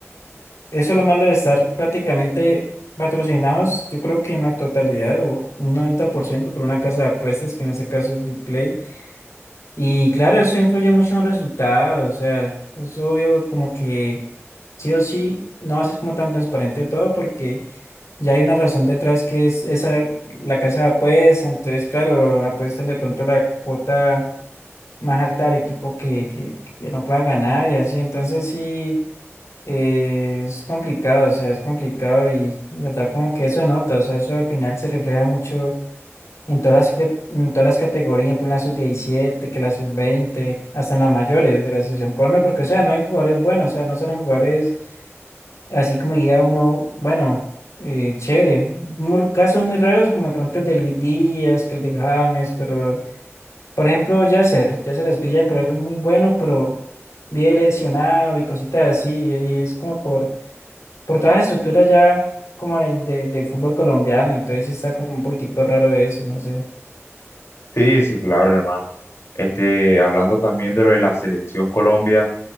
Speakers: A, on the left (about 85°); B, on the left (about 65°).
A: Eso es lo malo de estar prácticamente patrocinados, yo creo que en la totalidad o un noventa por ciento por una casa de apuestas, que en este caso es BitPlay. Y claro, eso influye mucho en los resultados, o sea, es obvio como que sí o sí no va a ser como tan transparente todo porque ya hay una razón detrás que es esa, la casa de apuestas, entonces claro, apuestan de pronto la cuota más alta al equipo que, que, que no pueda ganar y así, entonces sí. Eh, es complicado, o sea, es complicado y la verdad como que eso nota, o sea, eso al final se refleja mucho en todas las, cate- en todas las categorías, por ejemplo, en plan la sub diecisiete que la sub veinte hasta en las mayores de la selección Colombia, porque o sea, no hay jugadores buenos, o sea, no son los jugadores así como diga uno, bueno, eh, chévere, Muy- casos muy raros como de pronto el de Luis Díaz, que el de James, pero por ejemplo Yasser, Yasser Aspilla, pero es muy bueno, pero vive lesionado y cositas así, y es como por por toda la estructura ya como del de, del fútbol colombiano, entonces sí está como un poquitico raro eso, no sé.
B: Sí, sí, claro, hermano. Este, hablando también de lo de la selección Colombia,